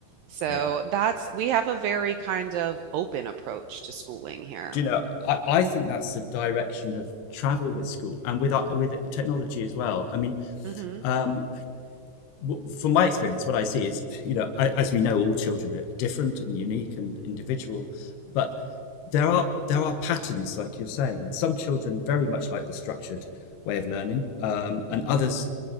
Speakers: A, on the right; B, on the left.
A: So
B: Yeah.
A: that's we have a very kind of open approach to schooling here.
B: Do you know, I, I think that's the direction of travel with school and with our- with technology as well. I mean,
A: hmm
B: um, w- from my experience, what I see is, you know, I, as we know, all children are different and unique and individual, but there are there are patterns, like you're saying, and some children very much like the structured way of learning, um,
A: hmm
B: and others